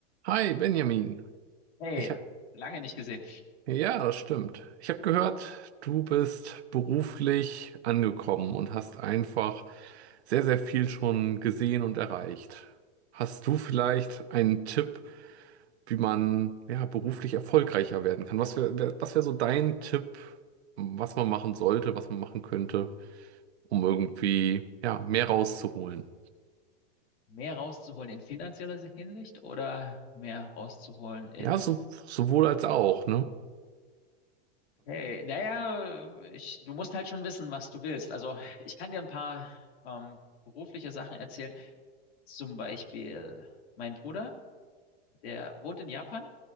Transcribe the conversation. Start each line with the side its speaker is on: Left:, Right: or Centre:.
Right: Hi Benjamin,
Left: Hey,
Right: ich hab,
Left: lange nicht gesehen.
Right: ja, das stimmt. Ich habe gehört, du bist beruflich angekommen und hast einfach sehr, sehr viel schon gesehen und erreicht. Hast du vielleicht einen Tipp, wie man ja beruflich erfolgreicher werden kann? Was wäre, wär, was wäre so dein Tipp, was man machen sollte, was man machen könnte, um irgendwie ja mehr rauszuholen?
Left: Mehr rauszuholen in finanzieller Hinsicht oder mehr rauszuholen in,
Right: Ja, so, sowohl als auch, ne?
Left: hey, naja, ich, du musst halt schon wissen, was du willst. Also ich kann dir ein paar ähm, berufliche Sachen erzählen. Zum Beispiel mein Bruder, der wohnt in Japan